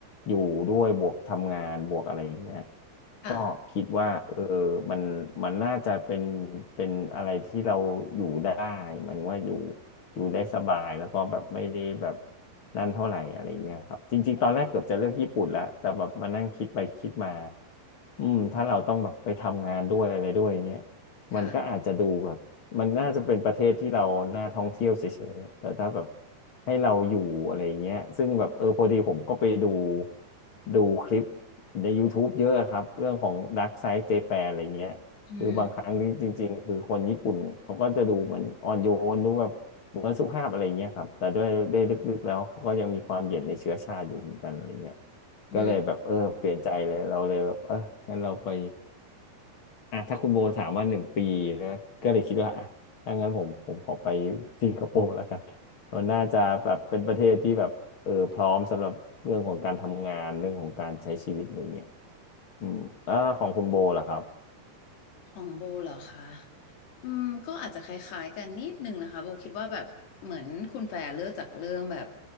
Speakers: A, on the left; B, on the left.
A: อยู่ด้วยบวกทำงานบวกอะไรอย่างเงี้ย
B: ค่ะ
A: ก็คิดว่าเออมันมันน่าจะเป็นเป็นอะไรที่เราอยู่ได้หมายถึงว่าอยู่อยู่ได้สบายแล้วก็แบบไม่ได้แบบนั่นเท่าไหร่อะไรเงี้ยครับจริงๆตอนแรกเกือบจะเลือกญี่ปุ่นแล้วแต่แบบมานั่งคิดไปคิดมา อืมถ้าเราต้องแบบไปทำงานด้วยอะไรด้วยอย่างเงี้ย
B: ค่ะ
A: มันก็อาจจะดูแบบมันน่าจะเป็นประเทศที่เราน่าท่องเที่ยวเฉยๆอะแต่ถ้าแบบให้เราอยู่อะไรอย่างเงี้ยซึ่งแบบเออพอดีผมก็ไปดูดูคลิปใน YouTube เยอะอะครับเรื่องของ Dark Side Japan อะไรเงี้ยคือบางครั้งที่จริงๆคือคนญี่ปุ่นเขาก็จะดูเหมือนอ่อนโยนดูแบบเหมือนสุภาพอะไรเงี้ยครับแต่ด้วยด้วยลึกๆแล้วเขาก็ยังมีความเหยียดในเชื้อชาติอยู่เหมือนกันอะไรเงี้ย
B: อืมอืม
A: ก็เลยแบบเออเปลี่ยนใจเลยเราเลยแบบเอองั้นเราไปอ่ะถ้าคุณโบถามว่าหนึ่งปีนะก็เลยคิดว่าอ่ะถ้างั้นผมผมขอไปสิงคโปร์แล้วกันมันน่าจะแบบเป็นประเทศที่แบบเออพร้อมสำหรับเรื่องของการทำงานเรื่องของการใช้ชีวิตอะไรเงี้ยอืมอ่าของคุณโบล่ะครับ
B: ของโบเหรอคะอืมก็อาจจะคล้ายๆกันนิดนึงนะคะโบคิดว่าแบบเหมือนคุณแฟร์เลือกจากเรื่องแบบ